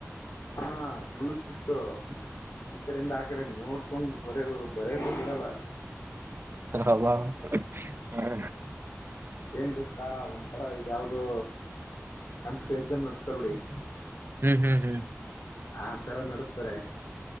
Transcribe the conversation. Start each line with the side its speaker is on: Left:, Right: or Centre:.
Left: ಹಾ ಪುಲ್ ಸ್ಟ್ರಿಕು ಈ ಕಡೆಯಿಂದ ಆ ಕಡೆ ನೋಡ್ಕೊಂಡು ಬರ ಬರೇಕ ಬಿಡಲ್ಲ
Right: ಅಬ್ಬಾ ಹ
Left: ಏನ್ ಗೊತ್ತಾ ಒಂಥರ ಇದ ಯಾವ್ದೋ ಕಂಪಿಟೇಟಿವ್ ಎಕ್ಸಾಮ್ ನಡೆಸ್ತಾರ ನೋಡಿ ಈಗ
Right: ಹ್ಮ್ ಹ್ಮ್ ಹ್ಮ್
Left: ಆ ತರ ನಡಸ್ತರೆ